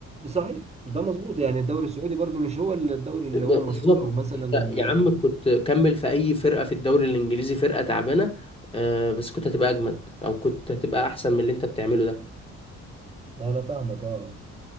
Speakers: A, on the right; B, on the left.
A: صحيح ده مظبوط يعني الدوري السعودي برضو مش هو الدوري اللي
B: بالظبط
A: هو المشهور او مثلا
B: أنت
A: ال-
B: يا عم كنت كمل في اي فرقه في الدوري الانجليزي فرقه تعبانه آه، بس كنت هتبقى اجمد او كنت هتبقى احسن من اللي انت بتعمله ده
A: انا فاهمك اه